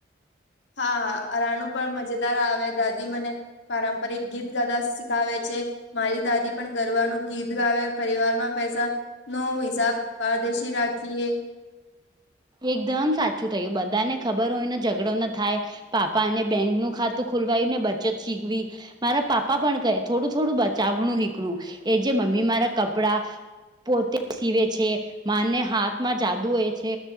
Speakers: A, on the left (about 85°); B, on the right (about 25°).
A: હા હા રાણું પણ મજેદાર આવે દાદી મને પારંપરિક ગીત ગાદા શીખાવે છે. મારી દાદી પણ ગરબાનું ગીત ગાવે પરિવાર માં પૈસા નો હિસાબ પારદર્શી રાખીએ.
B: એકદમ સાચું થયું બધાને ખબર હોયને ઝઘડો ન થાય. પાપાને બેંક નું ખાતું ખોલવાયુંને બચત શીખવી. મારા પાપા પણ કહે થોડું થોડું બચાવનું શીકણું એ જે મમ્મી મારા કપડા પોતે સીવે છે માને હાથમાં જાદુ હોય છે.